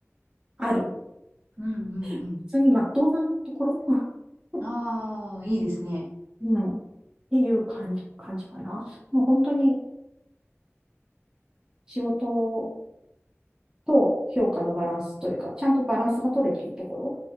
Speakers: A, on the right; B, on the right.
A: ある。
B: うんうんうん。
A: 普通に真っ当なところ <laughs>
B: ああ、いいですね。
A: うん。っていう感じ、感じかな。もう本当に仕事と評価のバランスというか、ちゃんとバランスが取れているところを